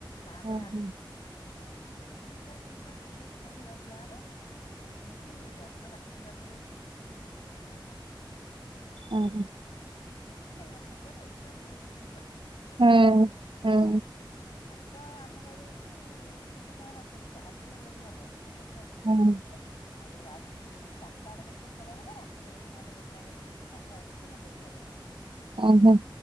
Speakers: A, on the left; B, on the right.
A: ତାପରେ
B: ଓହୋ
A: ଆଉ ଦିନେ ହବା ସେମାନେ ଯୋଉ ପୁରସ୍କାର ପୁରସ୍କାର ସବୁ ଜିତିଛନ୍ତି ହେରା ଦିଆହବ। ଏମତି ହେଇକି ରଜ ବାଟଉ ବାଟଉ ଶୁକ୍ରବାରେ।
B: ଓହୋ।
A: ମାନେ ଏଇନା ସବୁଆଡେ ଏକ୍ସଟ୍ରା ଦିନେ ଦିଇ ଦିନି କଲେଣି। ରଜ
B: ହୁଁ ହୁଁ।
A: କାଲି ତ ଆମ ସାହି ରେ ହେଇଛି ଛୋଟ ଛୁଆ ଙ୍କ ନାଚ ଗୀତ ଆଜି ମେଲୋଡି ହବ। କଟକରୁ ଆସିବେ
B: ହୁଁ
A: ଆଉ ଆଜି ଚାରଟା ବେଳ କତିରୁ ଖେଳ ହବ ରାତି ବେଳ ନଅଟା ଦଶ ସକାଳ କତିରୁ ସନ୍ଧ୍ୟାବେଳକତିରୁ ମେଲୋଡି ହବ।
B: ଓହୋ।